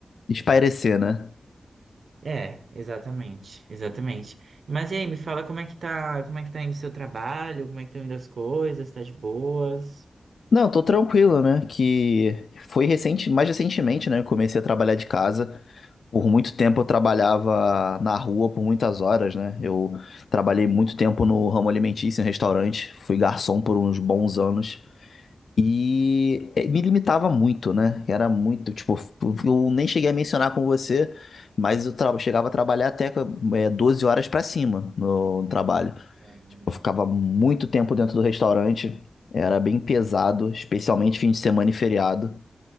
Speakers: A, on the left (about 75°); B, on the right (about 65°).
A: Espairecer, né?
B: É, exatamente, exatamente. Mas e aí, me fala como é que tá, como é que tá indo o seu trabalho, como é que estão indo as coisas, tá de boas?
A: Não, tô tranquilo, né? Que foi recente, mais recentemente, né? Eu comecei a trabalhar de casa. Por muito tempo eu trabalhava na rua por muitas horas, né? Eu trabalhei muito tempo no ramo alimentício, em restaurante, fui garçom por uns bons anos e
B: Uhum.
A: eh, me limitava muito, né? Era muito, tipo, eu nem cheguei a mencionar com você, mas eu tra- chegava a trabalhar até eh, 12 horas pra cima no no trabalho.
B: Caramba.
A: Tipo, Eu ficava muito tempo dentro do restaurante, era bem pesado, especialmente fim de semana e feriado.